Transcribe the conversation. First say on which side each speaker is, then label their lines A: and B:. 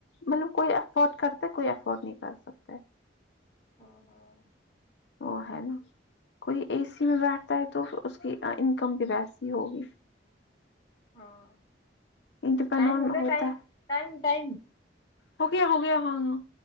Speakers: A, on the left; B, on the left.
A: مطلب کوئی افورڈ کرتا ہے کوئی افورڈ نہیں کر سکتا
B: ہاں ہاں
A: وہ ہے نا کوئی اے سی میں بیٹھتا ہے تو اس کی انکم بھی ویسی ہوگی
B: ہاں
A: ڈپینڈ
B: ٹائم
A: آن
B: ہو گیا
A: ہوتا
B: ٹائم ٹائم ٹائم
A: ہوگیا ہوگیا <unintelligible> ہمم